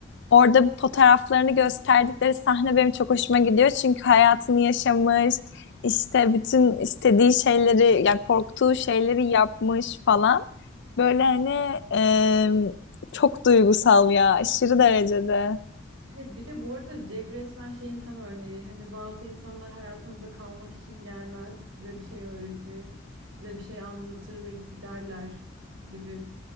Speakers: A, on the left; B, on the right.
A: orada
B: <laughs>
A: fotoğraflarını gösterdikleri sahne benim çok hoşuma gidiyor çünkü hayatını yaşamış işte bütün istediği şeyleri yani korktuğu şeyleri yapmış falan. Böyle
B: Evet.
A: hani e, çok duygusal ya aşırı derecede.
B: Evet bir de bu arada Jack resmen şeyin tam örneği. Hani bazı insanlar hayatınıza kalmak için gelmez. Size bir şey öğretir. Size bir şey anlatır ve giderler gibi.